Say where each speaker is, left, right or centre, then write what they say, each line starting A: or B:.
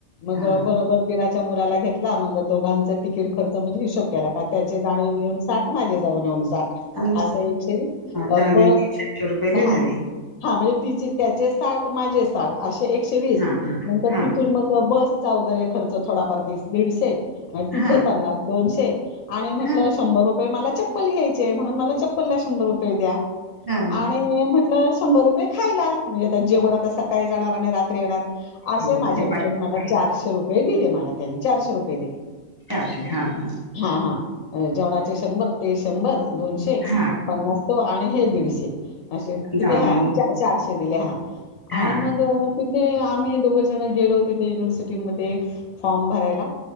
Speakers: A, on the left (about 75°); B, on the left (about 20°).
A: मग
B: हा
A: बरोबर दिरा च्या मुलाला घेतला. मग दोघां तिकीट खर्च. म्हणे हिशोब केला. त्याची जाणे येऊन साठ माझे जाऊन येऊन साठ.
B: हा
A: असं एक
B: जाऊन
A: बस,
B: येऊन तीनशे आठशे रुपये लय
A: हा.
B: झाले
A: हा म्हणजे तिचे त्याचे साठ. माझे साठ. असे एकशे वीस.
B: हा
A: नंतर
B: हा
A: तिथून मग बस चा वगैरे खर्च थोडाफार तीस दीडशे. तिथे
B: हा
A: पन्नास, दोनशे. आणि म्हटलं
B: हा हा
A: शंभर रु मला चप्पल घ्यायचीये. म्हणून मला चप्पल ला शंभर रुपये द्या.
B: हा
A: आणि म्हटलं शंभर रुपये खायला. म्हणजे आ जेवण आता सकाळी जाणार आणि रात्री येणार. असे
B: हो म्हणजे
A: माझ्या मिस्टरांनी
B: पाचशे रुपये
A: मला चारशे रुपये दिले मला त्यांनी. चारशे रुपये दिले.
B: चारशे, हा हा.
A: हा हा. जेवणाचे शंभर. ते शंभर दोनशे.
B: हा
A: पन्नास तो. आणि हे दीडशे. असे किती
B: जाऊन
A: हा
B: येऊन
A: चारशे दिले. हा
B: हा
A: आणि मग तिथे आम्ही दोघं जण गेलो तिथे युनिव्हर्सिटीमध्ये. फॉर्म भरायला.